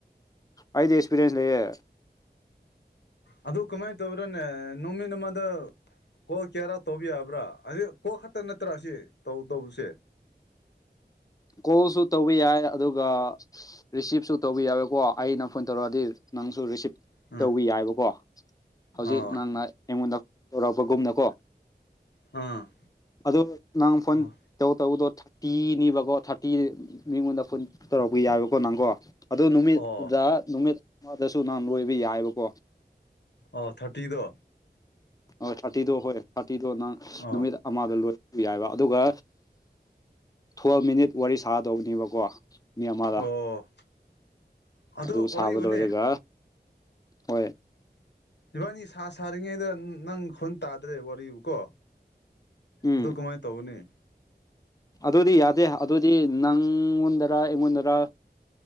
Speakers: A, on the left (about 20°); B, on the left (about 90°).
A: ꯑꯗꯤ ꯑꯦꯛꯁꯄꯤꯔꯤꯌꯦꯟꯁ ꯂꯩꯌꯦꯦ
B: ꯑꯗꯨꯗ ꯀꯃꯥꯏ ꯇꯕ꯭ꯔꯅꯦ ꯅꯣꯃꯤ ꯅꯃꯗ ꯀꯣꯛ ꯀꯦꯔꯥꯎ ꯇꯧꯕ ꯌꯥꯕ꯭ꯔꯥ ꯑꯁꯤ ꯀꯣꯛ ꯈꯛꯇ ꯅꯠꯇ꯭ꯔꯥ ꯑꯁꯤ ꯇꯧ ꯇꯧꯕꯁꯦ
A: ꯀꯣ ꯁ ꯇꯧꯕ ꯌꯥꯏ ꯑꯗꯨꯒ ꯔꯤꯁꯤꯞꯁꯨ ꯇꯧꯕ ꯌꯥꯋꯀꯣ ꯑꯩꯅ ꯐꯣꯟ ꯇꯧꯔꯛꯑꯗꯤ ꯅꯪꯁꯨ ꯔꯤꯁꯤꯞ
B: ꯑꯥ
A: ꯇꯧꯕꯤ ꯌꯥꯏꯕꯀꯣ ꯍꯧꯖꯤꯛ
B: ꯑꯥ
A: ꯅꯪꯅ ꯑꯩꯉꯣꯟꯗ ꯇꯧꯔꯛꯄꯒꯨꯝꯅꯀꯣ
B: ꯑꯥ
A: ꯑꯗꯨ ꯅꯪ ꯐꯣꯟ
B: ꯑꯥ
A: ꯇꯧ ꯇꯧꯕꯗꯣ ꯊꯥꯔꯇꯤꯅꯦꯕꯀꯣ ꯊꯥꯔꯇꯤ ꯃꯤꯉꯣꯟꯗ ꯀꯨꯟ ꯇꯧꯔꯛꯄ ꯌꯥꯏꯕꯀꯣ ꯅꯪꯀꯣ ꯑꯗꯨ ꯅꯨꯃꯤꯠꯇꯨꯗ
B: ꯑꯣ
A: ꯅꯨꯃꯤꯠ ꯃꯗꯁꯨ ꯅꯍꯥꯟ ꯂꯣꯏꯕ ꯌꯥꯏꯕꯀꯣ
B: ꯑꯣ ꯊꯥꯔꯇꯤꯗ
A: ꯍ ꯊꯥꯔꯇꯤꯗꯣ ꯍꯣꯏ ꯊꯥꯔꯇꯤꯗꯣ ꯅꯪ
B: ꯑꯣ
A: ꯅꯨꯃꯤꯠ ꯑꯃꯗ ꯂꯣꯏ ꯌꯥꯏꯕ ꯑꯗꯨꯒ ꯊꯨ ꯃꯤꯅꯤꯠ ꯋꯥꯔꯤ ꯁꯥꯗꯅꯦꯕꯀꯣ ꯃꯤ ꯑꯃꯗ
B: ꯑꯣ ꯑꯗꯣ
A: ꯑꯗꯨ
B: ꯋꯥꯔꯤꯕꯨꯅꯦ
A: ꯁꯥꯕ ꯂꯣꯏꯔꯒ ꯍꯣꯏ
B: ꯏꯕꯥꯅꯤ ꯁꯥ ꯁꯥꯔꯤꯉꯩꯗ ꯅꯪ ꯑꯩꯣꯟ ꯇꯥꯗ꯭ꯔꯦ ꯋꯥꯔꯤꯕꯨꯀꯣ
A: ꯎꯝ
B: ꯑꯗꯨ ꯀꯃꯥꯏꯅ ꯇꯧꯅꯤ
A: ꯑꯗꯨꯗꯤ ꯌꯥꯗꯦ ꯑꯗꯨꯗꯤ ꯅꯪꯉꯣꯟꯗꯔ ꯑꯩꯉꯣꯟꯗꯔ